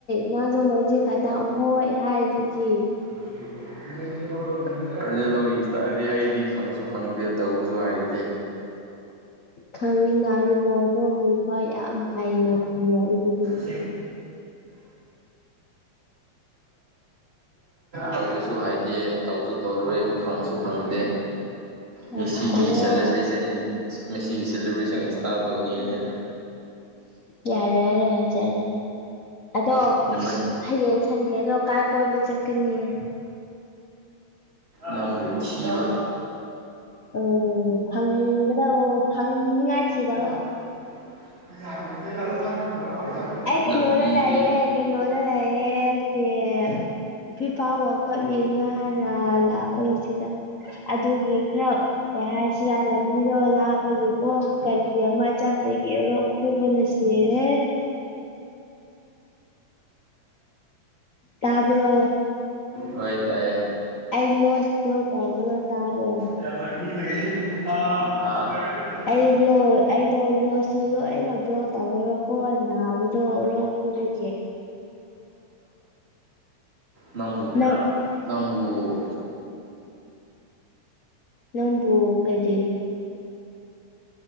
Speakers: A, on the left; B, on the right.
A: ꯅꯪꯁꯨ ꯍꯣꯏꯖꯤꯛ ꯈꯇꯪ ꯍꯣꯏ ꯍꯥꯏꯗꯨꯗꯤ
B: <unintelligible> ꯗꯤ ꯑꯩꯗꯤ ꯈꯪꯁꯨ ꯈꯪꯗꯦ ꯇꯧꯁꯨ ꯍꯥꯏꯇꯦ
A: ꯈꯪꯉꯤꯅ ꯔꯨꯅꯥꯜꯗꯣ ꯃꯤꯡꯐꯥꯎ ꯌꯥꯝ ꯍꯩꯅ ꯈꯨꯝꯂꯛꯏ ꯑꯗꯨꯗꯤ
B: <inaudible> ꯇꯧꯕꯁꯨ ꯍꯥꯏꯗꯦ ꯇꯧꯁꯨ ꯇꯧꯔꯣꯏ ꯈꯪꯁꯨ ꯈꯪꯗꯦ
A: ꯌꯥꯝ
B: ꯃꯦꯁꯤꯒꯤ
A: ꯍꯩꯌꯦ
B: ꯁꯦꯂꯦꯕ꯭ꯔꯦꯁꯟ ꯃꯦꯁꯤꯒꯤ ꯁꯦꯂꯦꯕ꯭ꯔꯦꯁꯟ ꯏꯁꯇꯥꯏꯜ ꯇꯧꯅꯤ ꯑꯩꯗꯤ
A: ꯌꯥꯔꯦ ꯌꯥꯖꯔꯦ ꯑꯗꯣ
B: ꯅꯝꯕꯔ
A: ꯍꯌꯦꯡ ꯁꯟꯗꯦꯗꯣ ꯀꯥꯏ ꯀꯣꯏꯕ ꯆꯀꯤꯅꯤꯌꯦ
B: ꯅꯪꯕꯨ ꯊꯤꯕ
A: ꯎꯝ ꯐꯪꯒꯗꯧ ꯐꯪꯅꯤꯉꯥꯏ ꯊꯤꯔꯣ
B: <inaudible> <inaudible>
A: ꯑꯩ ꯀꯩ
B: ꯂꯝꯕꯤꯗꯤ
A: ꯅꯣꯗꯥ ꯂꯩꯌꯦ ꯀꯩ ꯅꯣꯗꯥ ꯂꯩꯌꯦ <unintelligible> ꯐꯤꯐꯥ ꯋꯥꯔꯜ ꯀꯞ ꯌꯦꯅꯤꯉꯥꯏ ꯍꯥꯏꯅ ꯑ ꯂꯥꯛꯑꯦ ꯁꯤꯗ ꯑꯗꯨꯒꯤ ꯈꯔ ꯀꯩ ꯍꯥꯏꯁꯤꯔ ꯂꯝꯕꯤꯗꯣ ꯂꯥꯞꯄꯒꯤ ꯑꯣ ꯀꯟꯇ꯭ꯔꯤ ꯑꯃ ꯆꯠꯄꯒꯦ ꯔꯣꯛ ꯈꯨꯕꯅ ꯁꯤꯔꯦ ꯇꯥꯕ꯭ꯔꯣ
B: <unintelligible> ꯇꯥꯏꯌꯦ
A: ꯑꯩ ꯅꯣꯁ <unintelligible> ꯇꯧꯕꯗꯣ ꯇꯥꯕꯔꯣ
B: ꯑ <inaudible>
A: ꯑꯩꯕꯂꯣ ꯑꯩꯗꯣ ꯅꯣꯠꯁꯨ ꯂꯣꯏꯅ ꯕ꯭ꯂꯣꯛ ꯇꯧꯋꯦꯕꯀꯣ ꯅꯥꯕꯗꯣ ꯔꯣꯛ <unintelligible>
B: ꯅꯪꯕꯨ
A: ꯅꯪ
B: ꯅꯪꯕꯨ <inaudible>
A: ꯅꯕꯨ ꯀꯩꯗ